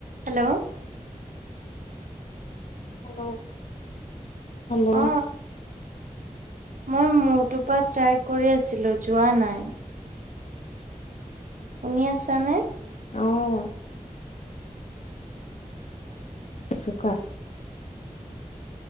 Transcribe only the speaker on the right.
hello
অ মই মৰটো পৰা ট্ৰাই কৰি আছিলো যোৱা নাই শুনি আছানে